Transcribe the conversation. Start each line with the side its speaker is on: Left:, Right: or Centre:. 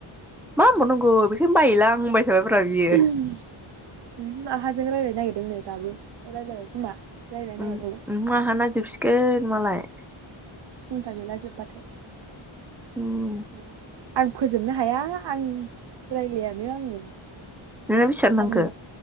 Centre: मा बुंबावनांगौ बेखायनो बायोलां होनबाय थाबायब्रा बियो
Right: ओमहो आहाजों रायलायनो नागिरदोंनो। दाबो रायलायबाय खोमा रायलायनो
Centre: ओम-ओमहो
Right: नागिरदोंमोन
Centre: आहाना जोबसिगोन। मालाय।
Right: सिन्था गैला जोब्बाथाय।
Centre: उम
Right: ना? आं फोजोबनो हाया आं रायलायानो आंङो।
Centre: नोंना बेसेबां
Right: सान
Centre: नांखो